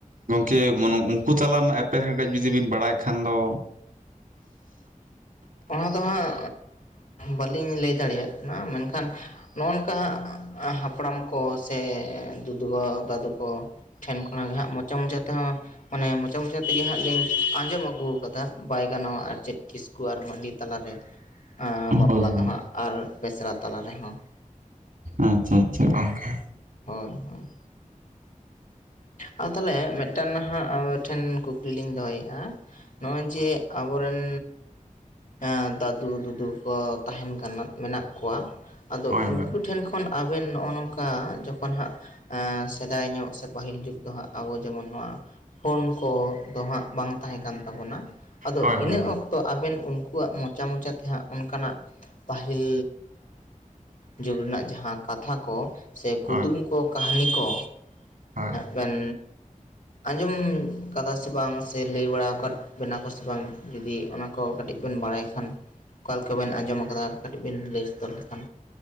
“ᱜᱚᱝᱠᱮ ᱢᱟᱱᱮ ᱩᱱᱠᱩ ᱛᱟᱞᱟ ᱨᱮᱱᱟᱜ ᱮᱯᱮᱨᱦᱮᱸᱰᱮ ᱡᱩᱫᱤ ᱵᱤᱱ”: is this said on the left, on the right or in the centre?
Right